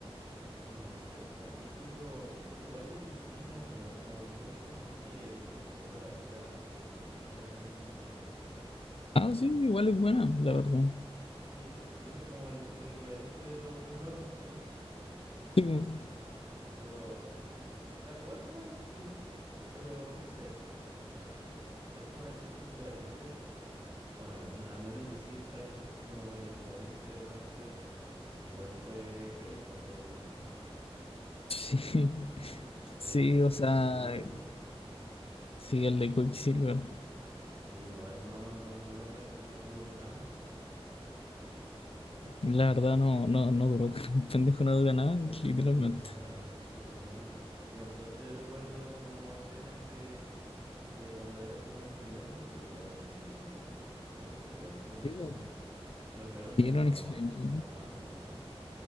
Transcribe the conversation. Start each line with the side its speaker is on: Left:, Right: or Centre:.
Right: Y no sé, po, y tipo, pucha, es que igual de DC yo no veo como mucho, más que he visto un poco la Liga de la Justicia, no sé.
Left: Ah, sí, igual es buena, la verdad.
Right: Sí, que eso es como el, el equivalente de los Vengadores, pues no.
Left: Sí, po.
Right: Pero, o sea, igual es bueno, sí, pero no sé, no sé, no sé. O sea, es como de cierto equivalente. Bueno, al menos, al menos en DC Flash es como el equivalente de Marvel. Igual fue Callampa, por así decirlo.
Left: <laughs> sí,
Right: El,
Left: sí,
Right: el
Left: o
Right: Quicksilver,
Left: sea,
Right: ¿no?
Left: sí, el de Quicksilver.
Right: Sí, igual no, no duró, me- duró, no duró nada,
Left: La
Right: pues.
Left: verdad no, no, no duró, <laughs> el pendejo no dura nada,
Right: Pendejo
Left: literalmente.
Right: no dura nada, eso mismo. Sí, con suerte recuerdo como escenas de, de cuando era como un experimento en teoría, así y todo eso. ¿O no? Creo- Era un experimento,
Left: Sí, po.
Right: ¿o no? Lo crearon junto
Left: Sí, era
Right: a
Left: un
Right: la,
Left: experimento.
Right: a la Wanda, ¿o no?